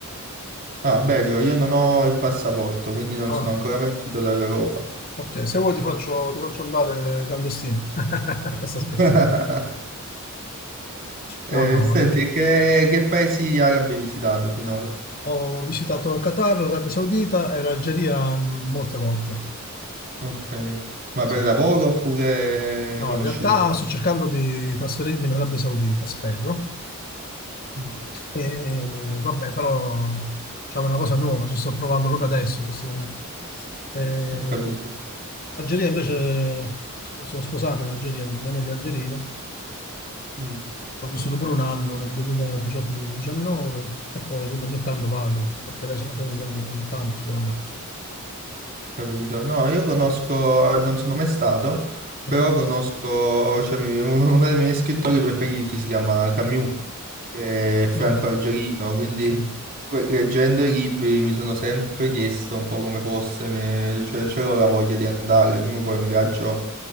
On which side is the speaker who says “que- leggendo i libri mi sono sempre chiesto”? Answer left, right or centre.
Right